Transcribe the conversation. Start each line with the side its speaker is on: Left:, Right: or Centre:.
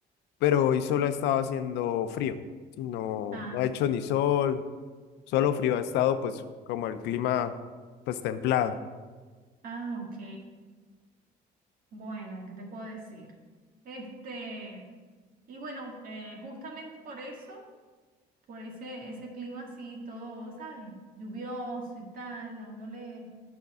Left: pero hoy solo ha estado haciendo frío. Sí, No,
Right: Ah,
Left: no ha hecho ni sol, solo frío. Ha estado pues como el clima pues templado.
Right: ah, ok. Bueno, ¿qué te puedo decir? Este, y bueno, eh, justamente por eso, por ese, ese clima así, todo, ¿sabes? Lluvioso y tal, a uno le,